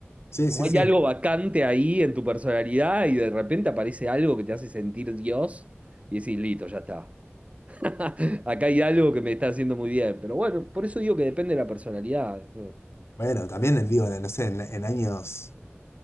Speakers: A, on the left (about 65°); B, on the right (about 30°).
A: Sí,
B: Como
A: sí,
B: hay
A: sí.
B: algo vacante ahí en tu personalidad y de repente aparece algo que te hace sentir Dios y decís, listo, ya está. <laughs> Acá hay algo que me está haciendo muy bien, pero bueno, por eso digo que depende de la personalidad. ¿no?
A: Bueno, también eh, digo, no sé, en, en años,